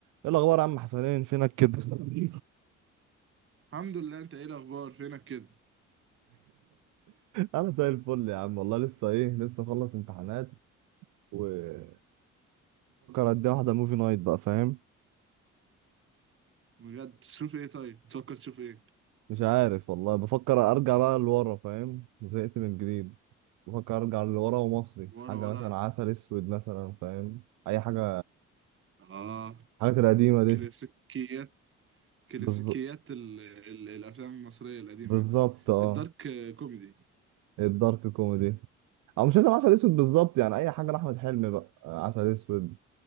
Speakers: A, on the right (about 80°); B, on the right (about 45°).
A: ايه الاخبار يا عم حسنين فينك كده <laughs>
B: الحمد لله انت ايه الاخبار فينك كده
A: انا زي الفل يا عم والله لسه ايه لسه مخلص امتحانات وبفكر ادي واحده موفي نايت بقى فاهم
B: بجد تشوف ايه طيب بتفكر تشوف ايه
A: مش عارف والله بفكر ارجع بقى لورا فاهم زهقت من جديد بفكر ارجع لورا ومصري
B: ورا
A: حاجه
B: ورا
A: مثلا عسل اسود مثلا فاهم اي حاجه
B: اه
A: الحاجات القديمه دي
B: كلاسيكيات كلاسيكيات
A: بالز...
B: ال... ال... الافلام المصريه القديمه
A: بالظبط اه
B: الدارك كوميدي
A: الدارك كوميدي او مش لازم عسل اسود بالظبط يعني اي حاجه لاحمد حلمي بقى آه، عسل اسود